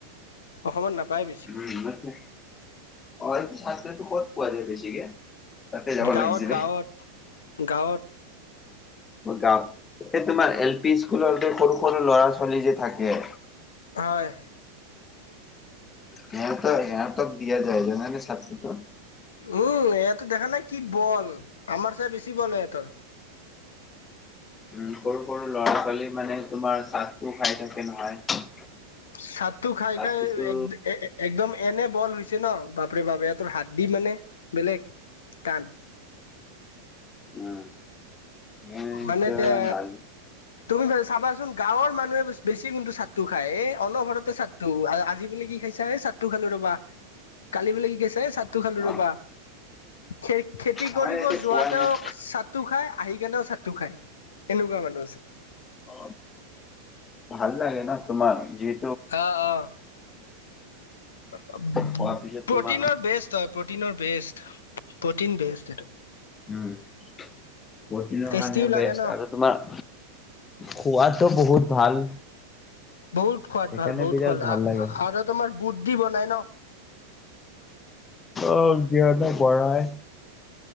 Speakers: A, on the left; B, on the left.
A: অসমত নাপায় বেছি।
B: উম মাত থাকে, অ এইটো চাকতো ক'ত পোৱা যায় বেছিকে? তাতে যাব
A: গাঁৱত
B: লাগিছিলে
A: গাঁৱত গাঁৱত।
B: অ গা এই তোমাৰ এল পি স্কুলৰ যে সৰু - সৰু ল'ৰা - ছোৱালী যে থাকে।
A: হয়।
B: হেহঁতক হেহঁতক দিয়া যায় যেনেকে ছাৰটোত
A: উম ইহঁতো দেখা নাই কি বল আমাৰ চাই বেছি বল হয় ইহঁতৰ।
B: উম সৰু - সৰু ল'ৰা - ছোৱালী মানে তোমাৰ চাদটো খাই থাকে নহয়।
A: ছাতটো খাই
B: চাৰ্টটোতো
A: খাই এক এ এক একদম এনে বল হৈছে ন বাপৰে বাপ এহঁতৰ হাৰ্দি মানে বেলেগ টান।
B: উম মই
A: মানে এতিয়া
B: দালি
A: তুমি ভা চাবাচোন গাঁৱৰ মানুহে বে বেছি কিন্তু ছাতটো খায়। এ অনবৰতে ছাত টো আ আজি বোলে কি খাইছা এ ছাতটো খালো ৰ'বা, কালি বোলে কি খাইছা এ ছাত টো খালো
B: অ
A: ৰ'বা খে খেতি
B: আমাৰ
A: কৰিব
B: ইয়াতে
A: যোৱাতেও
B: পোৱাই নাই
A: ছাতটো খাই আহি কেনেও ছাতটো খাই এনেকুৱা মানুহ আছে।
B: অ ভাল লাগে ন তোমাৰ যি
A: হা অ, প্ৰ'টিনৰ
B: খোৱাৰ পিছত তোমাৰ
A: বেছ প্ৰ'টিনৰ বেষ্ট প্ৰ'টিন বেষ্ট এইটো।
B: উম, প্ৰ'টিনৰ
A: টেষ্টিও
B: কাৰণেও
A: লাগে
B: বেষ্ট
A: ন
B: আৰু তোমাৰ খোৱাতো বহুত ভাল।
A: বহুত খোৱাত
B: সেইকাৰণে
A: ভাল বহুত
B: বিৰাট
A: খোৱাত
B: ভাল
A: আ
B: লাগে
A: আৰু তোমাৰ বুট দি বনাই ন?
B: অঁ কিবা এটা বঢ়াই।